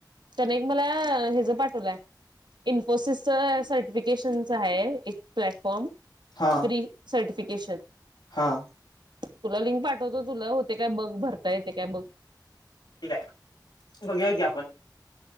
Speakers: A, on the right; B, on the left.
A: त्याने एक मला हेज पाठवलाय, इन्फोसिसच सर्टिफिकेशन च आहे एक प्लॅटफॉर्म,
B: हा
A: फ्री सर्टिफिकेशन.
B: हा.
A: तुला लिंक पाठवतो तुला होते काय बग भरता येते काय बग?
B: ठीक आहे, बगुया की आपण.